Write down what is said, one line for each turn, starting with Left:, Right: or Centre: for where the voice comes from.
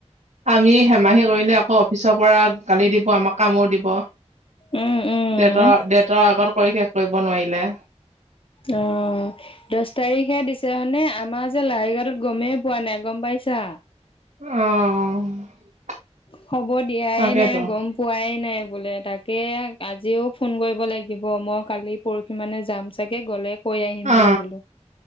Right: আমি হেমাহি কৰিলে আকৌ অফিচৰ পৰা গালি দিব আমাক কামোৰ দিব।
Left: উম, উম,
Right: দেতৰ দেতৰ আগত কৰি শেষ কৰিব নোৱাৰিলে।
Left: অ' দহ তাৰিখে দিছে এতিয়া মানে আমাৰ যে লাহৰিঘাটত গমেই পোৱা নাই গম পাইছা।
Right: অ'।
Left: খবৰ দিয়াই
Right: তাকেতো
Left: নাই গম পোৱাই নাই। বোলে তাকে আজিও ফোন কৰিব লাগিব মই কালি পৰহি মানে যাম চাগে গ'লে কৈ আহিম
Right: অ
Left: গৈ বোলো